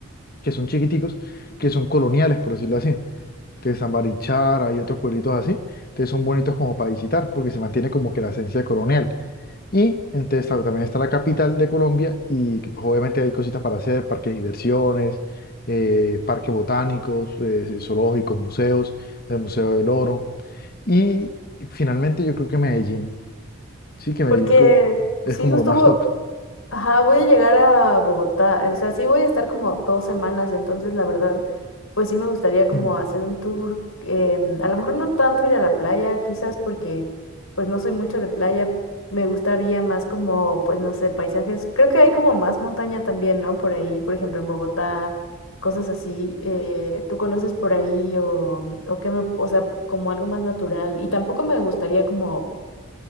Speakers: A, on the left; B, on the left.
A: que son chiquiticos, que son coloniales, por decirlo así. Entonces, Zambichara y otros pueblitos así, entonces son bonitos como para visitar, porque se mantiene como que la esencia colonial. Y entonces claro, también está la capital de Colombia y que, pues, obviamente hay cositas para hacer, parques de diversiones, eh, parques botánicos, eh, zoológicos, museos, el Museo del Oro. Y finalmente yo creo que Medellín, sí que Medellín
B: Porque
A: co- es
B: sí,
A: como
B: justo
A: lo más
B: hubo-
A: top
B: Ajá, voy a llegar a Bogotá, o sea, sí voy a estar como dos semanas, entonces la verdad, pues sí me gustaría como
A: <clears throat>
B: hacer un tour, em, a lo mejor no tanto ir a la playa, quizás porque pues no soy mucho de playa, me gustaría más como, pues no sé, paisajes, creo que hay como más montaña también, ¿no? Por ahí, por ejemplo, en Bogotá, cosas así, eh, ¿tú conoces por ahí o, o qué me, o sea, como algo más natural? Y tampoco me gustaría como